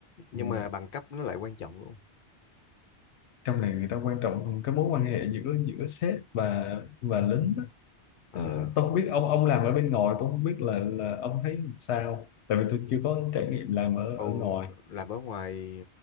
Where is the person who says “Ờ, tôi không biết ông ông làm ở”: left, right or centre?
Left